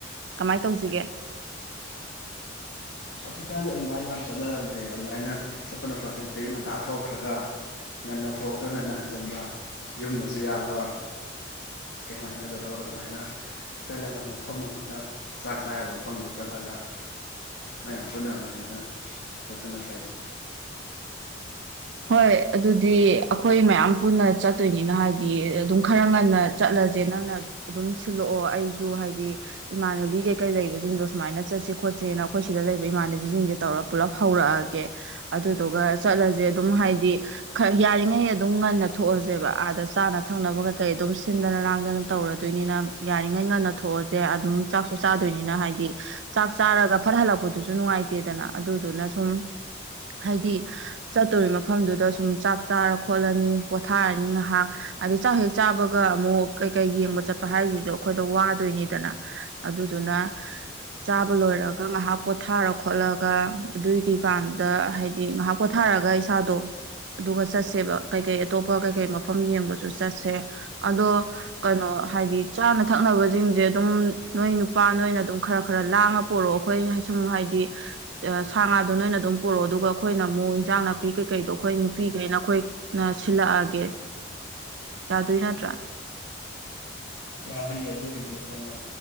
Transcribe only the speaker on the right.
ꯀꯃꯥꯏꯅ ꯇꯧꯖꯤꯒꯦ
ꯍꯣꯏ ꯑꯗꯨꯗꯤ ꯑꯩꯈꯣꯏ ꯃꯌꯥꯝ ꯄꯨꯟꯅ ꯆꯠꯇꯣꯏꯅꯤꯅ ꯍꯥꯏꯗꯤ ꯑꯗꯨꯝ ꯈꯔ ꯉꯟꯅ ꯆꯠꯂꯖꯦ ꯅꯪꯅ ꯑꯗꯨꯝ ꯁꯤꯜꯂꯛꯑꯣ ꯑꯩꯖꯨ ꯍꯥꯏꯗꯤ ꯏꯃꯥꯟꯅꯕꯤ ꯀꯩꯀꯩ ꯂꯩꯕꯖꯤꯡꯗꯣ ꯁꯨꯃꯥꯏꯅ ꯆꯠꯁꯦ ꯈꯣꯠꯁꯦꯅ ꯑꯩꯈꯣꯏ ꯁꯤꯗ ꯂꯩꯕ ꯏꯃꯥꯟꯅꯕꯤꯖꯤꯡꯖꯦ ꯇꯧꯔ ꯄꯨꯜꯂꯞ ꯍꯧꯔꯛꯑꯒꯦ ꯑꯗꯨꯗꯨꯒ ꯆꯠꯂꯁꯦ ꯑꯗꯨꯝ ꯍꯥꯏꯗꯤ ꯈ ꯌꯥꯔꯤꯉꯩ ꯑꯗꯨꯝ ꯉꯟꯅ ꯊꯣꯛꯑꯁꯦꯕ ꯑꯥꯗ ꯆꯥꯅ ꯊꯛꯅꯕ ꯀꯩꯀꯩ ꯑꯗꯨꯝ ꯁꯤꯟꯗꯅ ꯂꯥꯡꯗꯅ ꯇꯧꯔꯗꯣꯏꯅꯤꯅ ꯌꯥꯔꯤꯉꯩ ꯉꯟꯅ ꯊꯣꯛꯑꯁꯦ ꯑꯗꯨꯝ ꯆꯥꯛꯁꯨ ꯆꯥꯗꯣꯏꯅꯤꯅ ꯍꯥꯏꯗꯤ ꯆꯥꯛ ꯆꯥꯔꯒ ꯐꯠꯍꯜꯂꯛꯄꯗꯨꯁꯨ ꯅꯨꯡꯉꯥꯏꯇꯦꯗꯅ ꯑꯗꯨꯗꯨꯅ ꯁꯨꯝ ꯍꯥꯏꯗꯤ ꯆꯠꯇꯣꯔꯤ ꯃꯐꯝꯗꯨꯗ ꯁꯨꯝ ꯆꯥꯛ ꯆꯥꯔ ꯈꯣꯠꯂꯅꯤ ꯄꯣꯊꯥꯔꯅꯤ ꯉꯥꯏꯍꯥꯛ ꯑꯗꯩꯩ ꯆꯥꯛ ꯍꯦꯛ ꯆꯥꯕꯒ ꯑꯃꯨꯛ ꯀꯩꯀꯩ ꯌꯦꯡꯕ ꯆꯠꯄ ꯍꯥꯏꯖꯤꯖꯨ ꯑꯩꯈꯣꯏꯗ ꯋꯥꯗꯣꯏꯅꯤꯗꯅ ꯑꯗꯨꯗꯨꯅ ꯆꯥꯕ ꯂꯣꯏꯔꯒ ꯉꯥꯏꯍꯥꯛ ꯄꯣꯊꯥꯔ ꯈꯣꯠꯂꯒ ꯑꯗꯨꯏꯒꯤꯀꯥꯟꯗ ꯍꯥꯏꯗꯤ ꯉꯥꯏꯍꯥꯛ ꯄꯣꯥ ꯊꯥꯔꯒ ꯏꯁꯥꯗꯣ ꯑꯗꯨꯒ ꯆꯠꯁꯦꯕ ꯀꯩꯀꯩ ꯑꯇꯣꯞꯄ ꯀꯩꯀꯩ ꯃꯐꯝ ꯌꯦꯡꯕꯁꯨ ꯆꯠꯁꯦ ꯑꯗꯣ ꯀꯩꯅꯣ ꯍꯥꯏꯗꯤ ꯆꯥꯅ ꯊꯛꯅꯕꯖꯤꯡꯖꯦ ꯑꯗꯨꯝ ꯅꯣꯏ ꯅꯨꯄꯥ ꯅꯣꯏꯅ ꯑꯗꯨꯝ ꯈꯔ ꯈꯔ ꯂꯥꯡꯉ ꯄꯣꯔꯛꯑꯣ ꯑꯩꯈꯣꯏ ꯁꯨꯝ ꯍꯥꯏꯗꯤ ꯁꯥ ꯉꯥꯗꯨꯣ ꯅꯣꯏꯅ ꯑꯗꯨꯝ ꯄꯣꯔꯛꯑꯣ ꯑꯗꯨꯒ ꯑꯩꯈꯣꯏꯅ ꯑꯃꯨꯛ ꯏꯟꯁꯥꯡ ꯅꯥꯄꯤ ꯀꯩꯀꯩꯗꯣ ꯑꯩꯈꯣꯏ ꯅꯨꯄꯤꯒꯩꯅ ꯑꯩꯈꯣꯏꯅ ꯁꯤꯜꯂꯛꯑꯒꯦ ꯌꯥꯗꯣꯏ ꯅꯠꯇ꯭ꯔꯥ